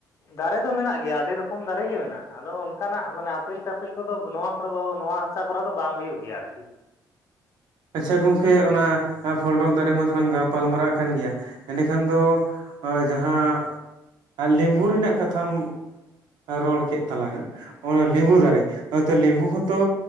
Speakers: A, on the left; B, on the right.
A: ᱫᱟᱨᱮ ᱫᱚ ᱢᱮᱱᱟᱜ ᱜᱮᱭᱟ ᱟᱹᱰᱤ ᱨᱚᱠᱚᱢ ᱫᱟᱨᱮ ᱜᱮ ᱢᱮᱱᱟᱜᱼᱟ ᱟᱫᱚ ᱚᱱᱠᱟᱱᱟᱜ ᱢᱟᱱᱮ ᱟᱯᱮᱞ ᱴᱟᱯᱮᱞ ᱠᱚᱫᱚ ᱱᱚᱣᱟ ᱠᱚᱨᱮ ᱫᱚ ᱱᱚᱣᱟ ᱦᱟᱥᱟ ᱠᱚᱨᱮ ᱫᱚ ᱵᱟᱝ ᱦᱩᱭᱩᱜ ᱜᱮᱭᱟ ᱟᱨᱠᱤ ᱾
B: ᱟᱪᱪᱷᱟ ᱜᱚᱝᱠᱮ ᱚᱱᱟ ᱯᱷᱚᱞᱰᱚᱞ ᱫᱟᱨᱮ ᱢᱟᱛᱚ ᱞᱟᱝ ᱜᱟᱯᱟᱞᱢᱟᱨᱟᱜ ᱠᱟᱱ ᱜᱮᱭᱟ ᱮᱸᱰᱮᱠᱷᱟᱱ ᱫᱚ ᱦᱳᱭ ᱡᱟᱦᱟᱸ ᱞᱮᱢᱵᱩ ᱨᱮᱱᱟᱜ ᱠᱟᱛᱷᱟᱢ ᱨᱚᱲ ᱠᱮᱫ ᱛᱟᱞᱟᱝᱼᱟ ᱚᱱᱟ
A: ᱦᱩᱸ
B: ᱞᱢᱮᱵᱩ ᱫᱟᱨᱮ <unintelligible> ᱞᱮᱵᱩ ᱦᱚᱸᱛᱚ